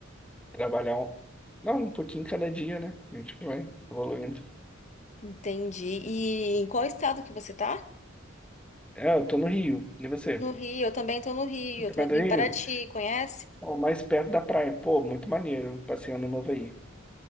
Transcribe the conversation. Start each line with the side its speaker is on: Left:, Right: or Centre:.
Centre: Trabalhar um... Não, um pouquinho cada dia, né? A gente vai evoluindo.
Left: Entendi. E em qual estado que você tá?
Centre: É, eu tô no Rio. E você?
Left: No Rio, eu também tô no Rio,
Centre: Você tá
Left: eu tô
Centre: perto
Left: aqui
Centre: do
Left: em
Centre: Rio?
Left: Paraty, conhece?
Centre: Ó, mais perto da praia. Pô, muito maneiro. Passeio no novo aí.